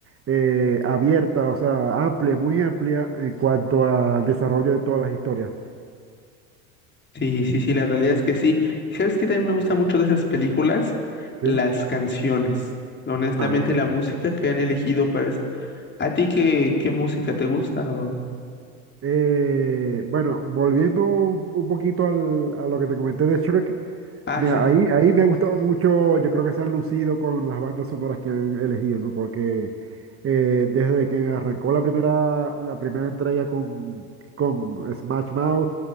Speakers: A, on the right; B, on the left.
A: eh, abierta, o sea, amplia, muy amplia en cuanto al desarrollo de todas las historias.
B: Sí, sí, sí, la realidad es que sí. ¿Sabes qué también me gusta mucho de esas películas?
A: ¿Sí?
B: Las canciones. Honestamente,
A: Ah,
B: la
A: claro.
B: música que han elegido para eso. ¿A ti qué, qué música te gusta? O...
A: Eh, bueno, volviendo un un poquito al- a lo que te comenté de Shrek.
B: Ah,
A: Mira,
B: sí.
A: ahí, ahí me ha gustado mucho, yo creo que se han lucido con las bandas sonoras que han elegido, ¿no? Porque eh, desde que arrancó la primera, la primera entrega con, con Smash Mouth